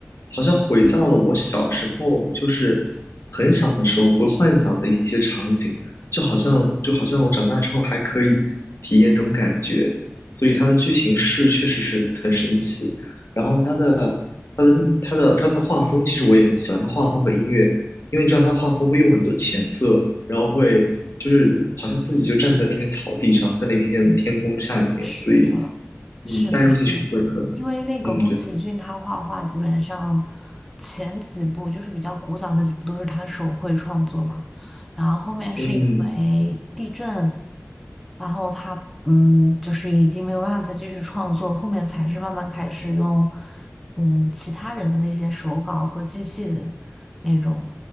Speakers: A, on the left (about 65°); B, in the centre.
A: 好像回到了我小时候，就是很小的时候会幻想的一些场景，就好像就好像我长大之后还可以体验这种感觉，所以它的剧情是确实是很神奇，然后它的它的它的它的画风，其实我也很喜欢，它画风和音乐。因为你知道他画风会用很多浅色，然后会就是好像自己就站在那片草地上，在那片天空之下里面，
B: 嗯是的，
A: 所以嗯，
B: 是的，
A: 带入进去会很，
B: 是的，因为那个宫崎骏他画画基本上
A: 嗯，对，
B: 前几部就是比较古早的几部都是他手绘创作嘛，然后后面是因为地震，
A: 嗯，
B: 然后他嗯就是已经没有办法再继续创作，后面才是慢慢开始用嗯其他人的那些手稿和机器的那种